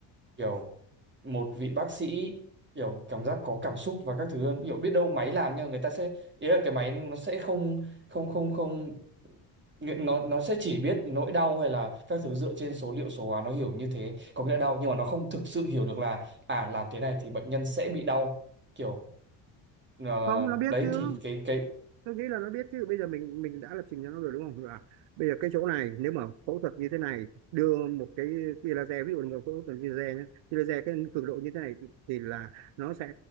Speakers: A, on the right; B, on the right.
A: kiểu một vị bác sĩ kiểu cảm giác có cảm xúc và các thứ hơn kiểu biết đâu máy làm nhưng mà người ta sẽ ý là cái máy nó sẽ không không không không nghĩa- nó nó sẽ chỉ biết nỗi đau hay là các thứ dựa trên số liệu số hóa nó hiểu như thế có nghĩa là đau nhưng mà nó không thực sự hiểu được là à làm thế này thì bệnh nhân sẽ bị đau kiểu ờ,
B: không nó biết
A: đấy
B: chứ
A: thì cái cái
B: tôi nghĩ là nó biết chứ bây giờ mình mình đã lập trình cho nó rồi đúng không là bây giờ cái chỗ này nếu mà phẫu thuật như thế này đưa một cái tia laser ví dụ là một phẫu thuật tia laser nhé tia laser cái cường độ như thế này thì, thì là nó sẽ